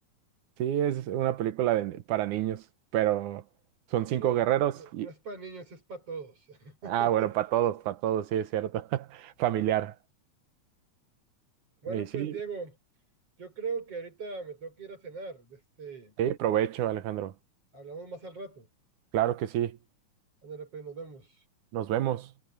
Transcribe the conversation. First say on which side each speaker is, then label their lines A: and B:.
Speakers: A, on the right; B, on the right.
A: sí, es una película de- para niños, pero son
B: No,
A: cinco
B: no,
A: guerreros
B: no,
A: y...
B: no es para niños, es para todos. <laughs>
A: Ah, bueno, para todos, para todos, sí, es cierto. <laughs> Familiar.
B: Bueno,
A: Y sí,
B: pues Diego, yo creo que ahorita me tengo que ir a cenar. Este,
A: Sí, provecho, Alejandro.
B: hablamos más al rato.
A: Claro que sí.
B: Ándale, pues nos vemos.
A: Nos vemos.